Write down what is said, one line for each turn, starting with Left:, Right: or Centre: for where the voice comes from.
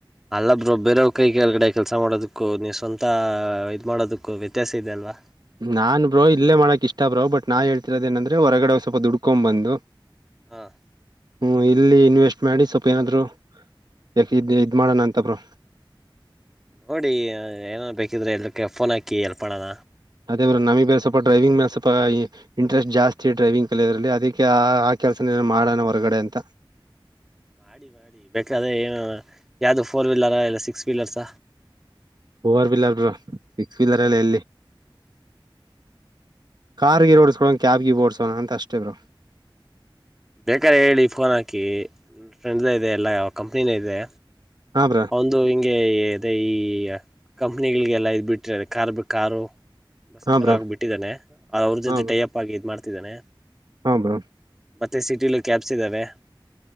Centre: ಅಲ್ಲೊಬ್ರೋ ಬೇರೆಯವ್ರ ಕೈ ಕೆಳಗಡೆ ಕೆಲಸ ಮಾಡೋದಕ್ಕೂ ನೀವು ಸ್ವಂತ ಇದ್ ಮಾಡೋದಕ್ಕೂ ವ್ಯತ್ಯಾಸ ಇದೆ ಅಲ್ವಾ
Right: ನಾನ್ ಬ್ರೋ ಇಲ್ಲೇ ಮಾಡಕಕ್ ಇಷ್ಟ ಬ್ರೋ ಬಟ್ ನಾನ್ ಹೇಳ್ತಿರದಏನಂದ್ರೆ ಹೊರಗಡೆ ಸ್ವಲ್ಪ ದುಡ್ಕೊ್ ಬಂದು
Centre: ಹಾಂ
Right: ಹ್ಮ ಇಲ್ಲಿ ಇನ್ವೆಸ್ಟ್ ಮಾಡಿ ಸ್ವಲ್ಪ ಏನಾದ್ರು ಯಾಕ ಇದ್ ಮಾಡೋಣ ಅಂತ ಬ್ರೋ
Centre: ನೋಡಿ ಏನೇ ಬೇಕಿದ್ರೆ ಎಕ್ಕೆ ಫೋನ್ ಹಾಕಿ ಎಲ್ಪ್ ಮಾಡೋಣ,
Right: ಅದೇ ಬ್ರ ನಮ ಬೇ ಸ್ವಪ ಡ್ರೈವಿಂಗ್ ಲೆ ಸ್ವಪ ಇಂಟ್ರೆಸ್ಟ್ ಜಾಸ್ತಿ ಡ್ರೈವಿಂಗ್ ಕಲಿಯದ್ರಲ್ಲಿ ಅದಕ್ಕೆ ಆ ಕೆಲಸನಏ ಮಾಡೋಣ ಹೊರಗಡೆ ಅಂತ
Centre: ಮಾಡ ಮಾಡಿ ಬೇಕಾದ್ರೆ ಏನು ಯಾವ್ದ ಫೋರ್ ವೀಲರ ಇಲ್ಲ ಸಿಕ್ಸ್ ವೀಲರ್ಸ
Right: ಫೋರ್ ವೀಲರ್ ಸಿಕ್ಸ್ಬ ಬ್ರೋ ವೀಲರ್ ಅಲ್ಲ ಎಲ್ಲಿ ಕಾರ್ಗೆ ಓಡಸ್ಕೋಣ ಕ್ಯಾಬ್ಗೆ ಓಡಸೋಣ ಅಂತ ಅಷ್ಟೇ ಬ್ರೂ
Centre: ಬೇಕಾರೆ ಹೇಳಿ ಫೋನ್ ಹಾಕಿ ಫ್ರೆಂಡ್ ಇದೆ ಎಲ್ಲ ಕಂಪ್ನಿನೇ ಇದೆ
Right: ಹಾ ಬ್ರೋ
Centre: ಒಂದು ಹಿಂಗೆ ಅದೆ ಈ ಕಂಪ್ನಿಗಳಿಗೆಲ್ಲ ಇದ್ ಬಿಟ್ರ ಅ ಕಾರ್ ಬ್ರೋ ಕಾರು ಬಸ್ಸಸ್
Right: ಹಾ
Centre: ಎಲ್ಲ
Right: ಬ್ರೋ
Centre: ಹಾಕಿಬ ಬಿಟ್ಟಿದ್ದಾನೆ ಅವ್ರ ಜೊತೆ
Right: ಹಾ ಬ್ರೋ
Centre: ಟೈ ಅಪ್ ಆಗಿ ಇದ್ ಮಾಡ್ತಿದ್ದಾನೆ.
Right: ಹಾ ಬ್ರೋ
Centre: ಮತ್ತೆ ಸಿಟಿಲಿ ಕ್ಯಾಬ್ಸ್ ಇದ್ದಾವೆ.